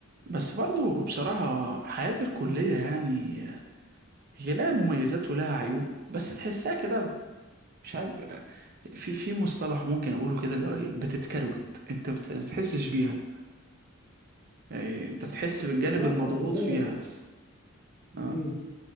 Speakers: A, on the right; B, on the left.
A: بس برضه بصراحة حياة الكلية يعني هي لها مميزات ولها عيوب بس تحسها كده مش عارف في في مصطلح ممكن أقوله كده اللي هو إيه، بتتكروت أنت بت- ما بتحسش بيها يعني أنت بتحس بالجانب
B: والله
A: المضغوط
B: والله
A: فيها بس أه
B: مم،